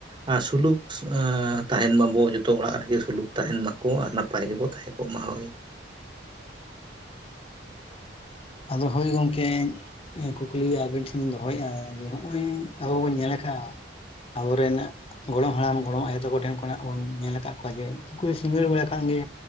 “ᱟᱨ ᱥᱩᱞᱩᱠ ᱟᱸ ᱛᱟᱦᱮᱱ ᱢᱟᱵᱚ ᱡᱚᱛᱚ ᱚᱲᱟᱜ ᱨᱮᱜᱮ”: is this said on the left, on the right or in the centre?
Right